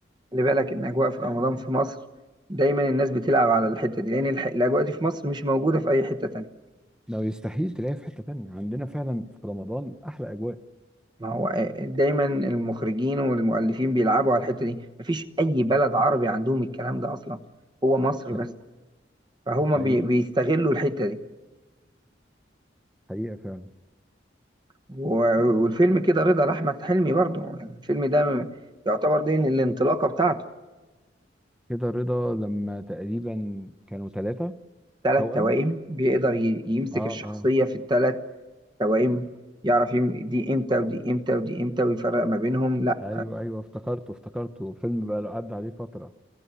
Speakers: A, on the right; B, in the centre.
A: خلي بالك ان اجواء في رمضان في مصر دايما الناس بتلعب على الحته دي لان الح... الاجواء دي في مصر مش موجوده في اي حته تانية
B: لو يستحيل تلاقيه في حتة تانية عندنا فعلا في رمضان أحلى أجواء
A: ما هو آه، دايما المخرجين والمؤلفين بيلعبوا على الحته دي مفيش اي بلد عربي عندهم الكلام ده اصلا هو مصر
B: حقيقة
A: بس فهما
B: حقيقة
A: بي... بيستغلوا الحته دي
B: حقيقة فعلا
A: و... والفيلم كده رضا لاحمد حلمي برضه يعني الفيلم ده م- يعتبر دي الانطلاقه بتاعته
B: كده رضا لما تقريبا كانوا ثلاثة
A: ثلاث
B: توأم
A: توائم بيقدر ي... يمسك
B: اه
A: الشخصيه
B: اه
A: في الثلاث توائم يعرف يم- دي امتى ودي امتى ودي امتى ويفرق ما بينهم لا
B: ايوه ايوه افتكرته افتكرته فيلم بقى له عدى عليه فترة